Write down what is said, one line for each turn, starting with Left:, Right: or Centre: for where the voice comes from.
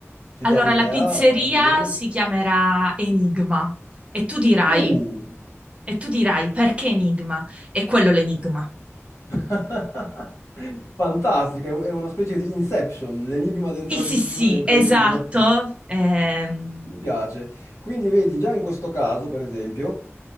Left: C'è
Right: Allora,
Left: già un'idea,
Right: la pizzeria
Left: eh, un nome?
Right: si chiamerà Enigma e tu dirai,
Left: Uh!
Right: e tu dirai perché Enigma? È quello l'enigma.
Left: <laughs> Fantastica, è un- è una specie di Inception, l'enigma dentro
Right: Sì, sì,
Left: l'enigma
Right: sì,
Left: dentro
Right: esatto.
Left: l'enigma. <laughs>
Right: Ehm,
Left: Mi piace. Quindi vedi, già in questo caso, per esempio,